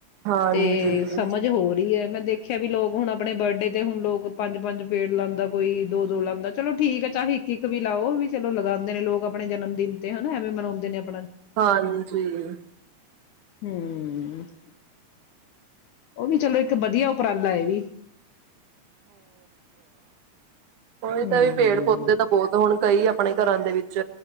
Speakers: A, on the right; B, on the left.
A: ਹਾਂਜੀ
B: ਤੇ ਸਮਝ ਹੋ ਰਹੀ ਹੈ। ਮੈਂ ਦੇਖਿਆ ਵੀ ਲੋਕ ਹੁਣ ਆਪਣੇ ਬਰਡੇ ਤੇ ਹੁਣ ਲੋਕ ਪੰਜ ਪੰਜ ਪੇੜ ਲਾਦਾ ਕੋਈ ਦੋ-ਦੋ ਲਾਦਾ ਚਲੋ ਠੀਕ ਹੈ ਚਾਹੇ ਇੱਕ ਇੱਕ ਵੀ ਲਾਓ ਵੀ ਚਲੋ ਲਗਾਦੇ ਨੇ ਲੋਕ ਆਪਣੇ ਜਨਮ ਦਿਨ ਤੇ ਹਨਾ ਐਵੇਂ ਮਨਾਉਂਦੇ ਨੇ ਆਪ।
A: ਹਾਂਜੀ ਜੀ
B: <inaudible> ਉਹ ਵੀ ਚਲੋ ਇੱਕ ਵਧੀਆ ਉਪਰਾਲਾ ਹੈ ਵੀ
A: ਉ
B: ਹਮ
A: ਤਾਂ ਵੀ ਪੇੜ ਪੌਦੇ ਤਾਂ ਬਹੁਤ ਹੁਣ ਕਈ ਆਪਣੇ ਘਰਾਂ ਦੇ ਵਿੱਚ